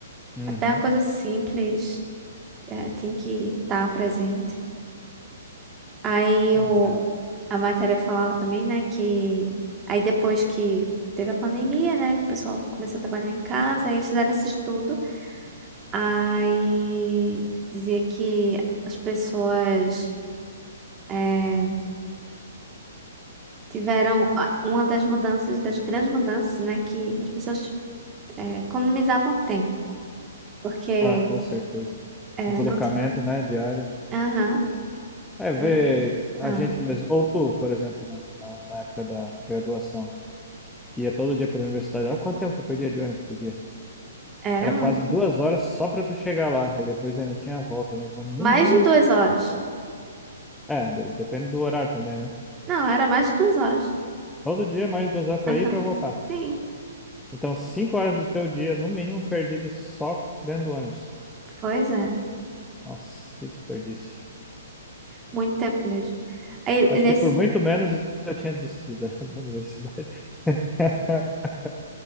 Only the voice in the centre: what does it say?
Uhum.
Pois
é.
Ah, com certeza.
Deslocamento,
né, diário.
É,
ver a
gente mesmo, ou tu, por exemplo, na, na, na época da graduação, que ia todo dia para a universidade, olha quanto tempo tu perdia de ônibus por dia.
Era
quase duas horas só para tu chegar lá, e depois ainda tinha a volta, né? Então, no
mínimo,
é, de- depende do horário também, né?
Todo dia mais duas horas para
ir e para voltar.
Então, cinco horas do teu dia, no mínimo, perdidas só dentro do ônibus.
Nossa, que desperdício.
Acho
que por muito menos eu tinha desistido da <laughs> da universidade. <laughs>